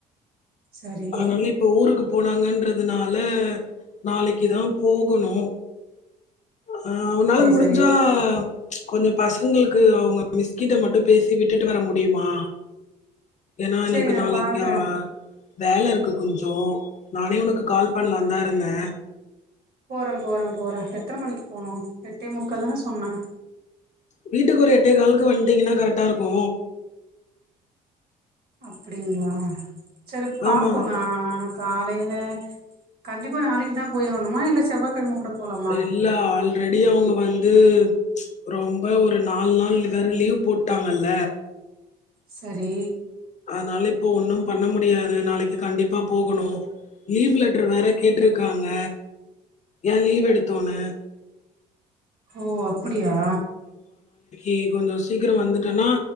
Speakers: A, on the right (about 50°); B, on the left (about 35°).
A: சரி
B: அதனால இப்ப ஊருக்கு போனாங்கறத் அதனால நாளைகுதா போகணு ஆ உனால
A: சரி
B: முடிஞ்சா
A: சரி
B: ம்ச் கொஞ்சோ பசங்களுக்கு அவங்க மிஸ் கிட்ட மட்டு பேசி விட்டுட்டு வர முடியுமா ஏன்னா எனக்கு
A: சரி நா
B: நாளைக்கா
A: பாக்குறே
B: வேல இருக்கு கொஞ்சோ நானே உனக்கு கால் பண்ணலாந்தா இருந்தே
A: போறே போறே போறே எத்தன மணிக்கு போனு எட்டே முக்க தான சொன்ன
B: வீட்டுக்கு ஒரு எட்ட காலுக்கு வந்துட்டீங்கன்னா கரெக்டா இருக்கு
A: அப்டிங்களா சரி பாப்போ
B: ஆமா
A: நா காலையில கண்டிப்பா நாளைகுதா போய் ஆகணுமா இல்ல செவ்வாக்கிழம கூட போலாமா
B: இல்ல ஆல்ரெடி அவங்க வந் து ம்ச் ரொம்ப ஒரு நாலு நாள் வேற லீவ் போட்டாங்கல்ல
A: சரி
B: அதனால இப்ப ஒன்னு பண்ண முடியாது நாளைக்கு கண்டிப்பா போகணு லீவ் லெட்டர் வேற கேட்ருக்காங்க ஏன் லீவ் எடுத்தோன்னு
A: ஓ அப்பி அப்டியா
B: ஏ கொஞ்ச சீக்கிர வந்துட்டன்னா